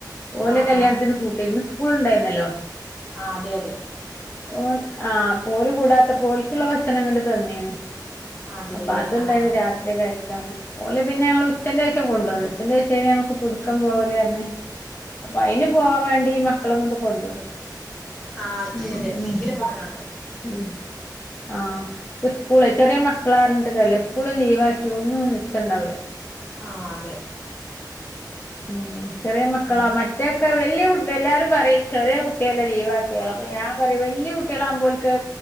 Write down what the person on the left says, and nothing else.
ഓലെ
കല്യാണത്തിന് കൂട്ടീന്ന് ക്കൂളുണ്ടായിന്നല്ലോ
ഓല് ആ പോല് കൂടാത്ത പോൽക്കുള്ള ഭക്ഷണംങ്ങ് തന്നീന്നു
അപ്പൊ അതുണ്ടായിന്
രാത്രി കഴിക്കാൻ ഓലെ പിന്നെ ഞങ്ങള് ഉച്ചന്റെശേഷം കൊണ്ടുവന്നു ജന്റ്ഷ് തേനേ നമുക്ക് പുതുക്കം പോവല്ർഞ്ഞ് അപ്പൊ അയിന്
പോവാൻ വേണ്ടി മ ക്കളേം കൊണ്ട് പോണ് ണ്ടോൽ
ഉം
ഉം ആ
സ്കൂള് ചെറിയ മക് മക്കളാർഞ്ഞിട്ട് കാര്യല്ല സ്കൂള് ലീവാക്കി ഒന്നും നിച്ചണ്ടാവുല
ഉം ചെറിയ മക്കളാ
മറ്റേഒക്കെ വൽ ല്ല്യ കുട്ടി എല്ലാരും പറീം ചെറിയ കുട്ടിയല്ലേ ലീവാക്കിയാലപ്പൊ ഞാൻ പറയും വലിയ കുട്ടികളാവുമ്പോൽക്ക്